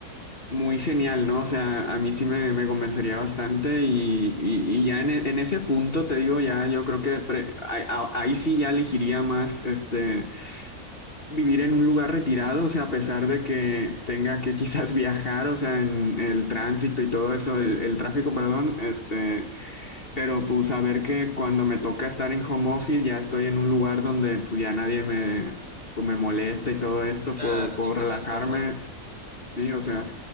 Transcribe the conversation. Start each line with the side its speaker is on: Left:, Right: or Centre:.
Left: muy genial, ¿no? O sea, a mí sí me, me convencería bastante y, y- y ya en, e- en ese punto, te digo, ya yo creo que pre- ahí a- ahí sí ya elegiría más este, vivir en un lugar retirado, o sea, a pesar de que tenga que quizás <laughs> viajar, o sea, en el tránsito y todo eso, el, el tráfico, perdón, este, pero pues saber que cuando me toca estar en home office ya estoy en un lugar donde pues ya nadie me, pues, me molesta y todo esto,
Right: claro,
Left: puedo, puedo
Right: en el que
Left: relajarme.
Right: estás cómodo.
Left: Sí, o sea,